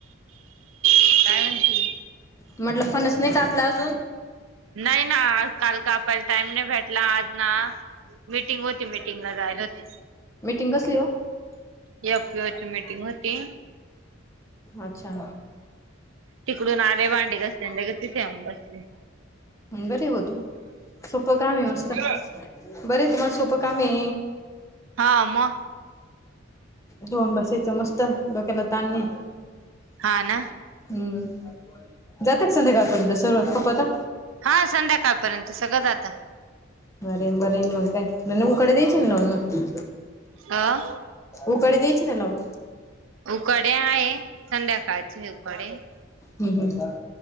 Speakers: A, on the right; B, on the left.
A: काय म्हणती?
B: म्हटलं फणच नाही का आपला अजून
A: नाही ना आजकाल का पहिले टाइम नाही बेठ आज ना मिीटिंग होती मिीटिंगला जायला होती
B: मिीटिंग कसली हो
A: या पिची मीटिंग होती
B: अच्छा.
A: तिकडून आले भांडे घासले अन् लगेच तिथे येऊन बसले.
B: हम्म बरय बग तू सोपं काम आहे मस्त
A: अ
B: बरय तुम्हाला सोपं कामये.
A: हा म
B: धुऊन बसायचं मस्त डोक्याला ताण नाही
A: हा ना
B: हम्म. जाता का संध्याकाळपर्यंत सुरवात खूप होता.
A: हा संध्याकाळपर्यंत सगळं जाता.
B: बरय बरय मग काय उकाडे द्यायची ना लावून मग
A: अ
B: उकाडे द्यायची ना लावून.
A: उकाडे आहे संध्याकाळचे उकाडे
B: हम् हम्